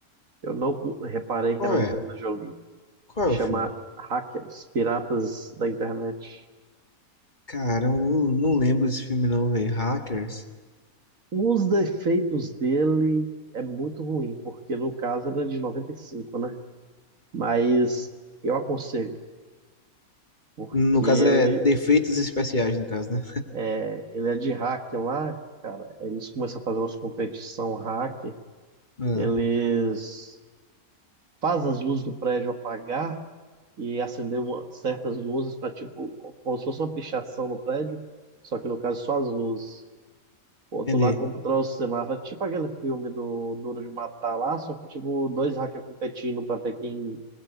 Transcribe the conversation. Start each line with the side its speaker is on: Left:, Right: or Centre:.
Right: Eu não reparei
Left: Qual
Right: que era a Angelina
Left: é?
Right: Jolie.
Left: Qual
Right: Chama
Left: é o filme?
Right: Hackers, Piratas da Internet.
Left: Cara, eu não, não lembro desse filme não, velho. Hackers.
Right: Os defeitos dele é muito ruim, porque no caso era de 95, né? Mas eu aconselho, porque
Left: No caso
Right: ele,
Left: é Defeitos Especiais, no caso, né?
Right: é, ele é de hack lá, cara. Eles começam a fazer umas competição hack
Left: Ah,
Right: Eles fazem as luzes do prédio apagar e acender uma- certas luzes para tipo, como se fosse uma pichação no prédio, só que no caso só as luzes. O outro
Left: entendi.
Right: lá controla o semáforo, tipo aquele filme do Duro de Matar lá, só que tipo dois hackers competindo para ver quem